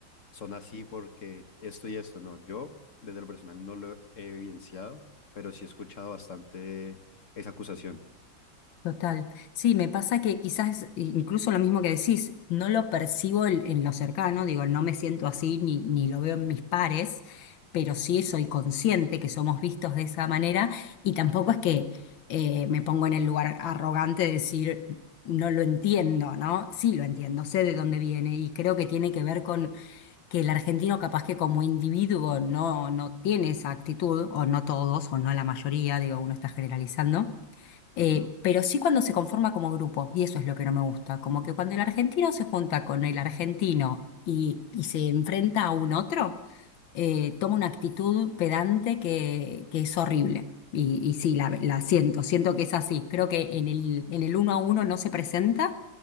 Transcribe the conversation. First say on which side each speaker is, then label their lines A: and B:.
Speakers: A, on the left; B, on the left.
A: son así porque esto y esto, no. Yo desde lo personal no lo he evidenciado, pero sí he escuchado bastante esa acusación.
B: Total. Sí, me pasa que quizás eh, incluso lo mismo que decís, no lo percibo en, en lo cercano, digo, no me siento así ni, ni lo veo en mis pares, pero sí soy consciente que somos vistos de esa manera y tampoco es que eh, me pongo en el lugar arrogante de decir no lo entiendo, ¿no? Sí lo entiendo, sé de dónde viene y creo que tiene que ver con que el argentino capaz que como individuo no, no tiene esa actitud, o no todos, o no la mayoría, digo, uno está generalizando eh,
A: Ujú.
B: pero sí cuando se conforma como grupo, y eso es lo que no me gusta, como que cuando el argentino se junta con el argentino y, y se enfrenta a un otro, eh, toma una actitud pedante que, que es horrible. Y, y sí,
A: O-
B: la, la siento, siento que es así. Creo que en el, en el uno a uno no se presenta,